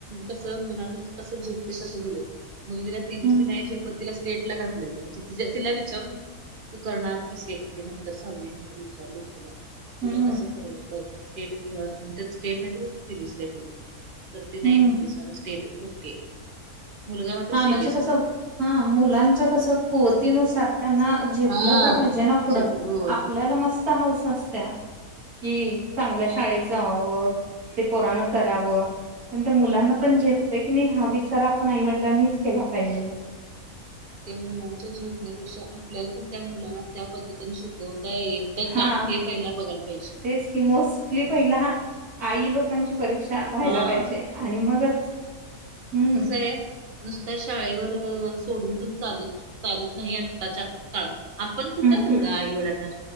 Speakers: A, on the right; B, on the right.
A: कस मुलाना कस झेपते कसं दिलं मुलगीला सीबीसी
B: हम्म
A: नाही झेपत तिला स्टेट ला घातलं नाही म्हणजे ति तिला विचारून तू करणार ती स्टेट म्हणजे नंतर सहावी नंतर विचारले मी तीला.
B: हम्म
A: तुला कसं बघ स्टेट म्हण स्टेट नाही तर सीबीस बघू. तर ती नाही
B: हम्म
A: म्हगते सार स्टेट, ओके. मुलगा मात्र
B: हा म्हणजे
A: सीबीएसईला
B: कस
A: आहे.
B: हा मुलांच्या कस कुवतीनुसार त्यांना झेपलं
A: हा.
B: तर पाहिजे ना पुढं?
A: झेपलं हो
B: आपल्याला
A: हो.
B: मस्त हाऊस असत्या. कि चांगल्या शाळेत जावावं ते पोरान करावं पण मुलांना पण झेपतय की नाही हा विचार आपण आईव लाणी च केला पाहिजे.
A: त्या मुलांच्या झेपण्यापेक्षा आपल्याला पण त्या मुलाला त्या पद्धतीने शिकवता येत
B: हा
A: का हे पहिला बघायला पाहिजे
B: तेच की मोस्टली
A: ह.
B: पहिला आई लोकांची परीक्षा व्हायला
A: हा
B: पाहिजे आणि मगच. हम्म
A: कसंय. नुसत्या शाळेवर सोडून पण चालू चालत नाही आत्ताच्या काळात. आपण कुठं
B: हम्म हम्म
A: एवढं आई वडाना-